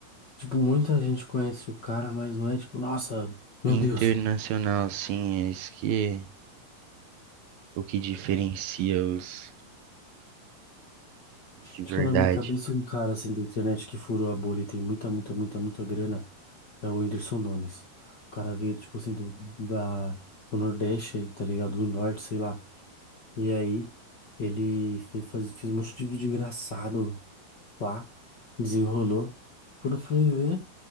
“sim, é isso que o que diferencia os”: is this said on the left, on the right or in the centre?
Right